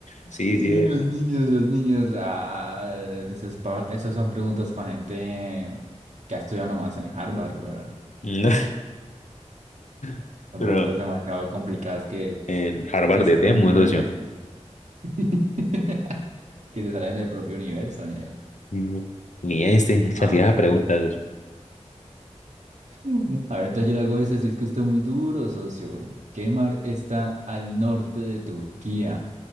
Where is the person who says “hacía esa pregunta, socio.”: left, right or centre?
Left